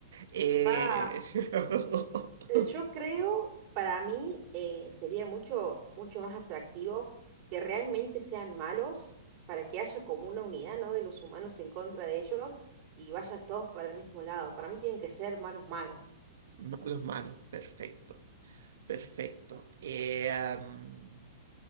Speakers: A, on the right; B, on the right.
A: Eh,
B: Pa,
A: <laughs>
B: eh, yo creo, para mí, eh, sería mucho, mucho más atractivo que realmente sean malos, para que haya como una unidad, ¿no? De los humanos en contra de ellos y vayan todos para el mismo lado. Para mí tienen que ser malos malos.
A: Malos, malos, perfecto, perfecto. Eh, am,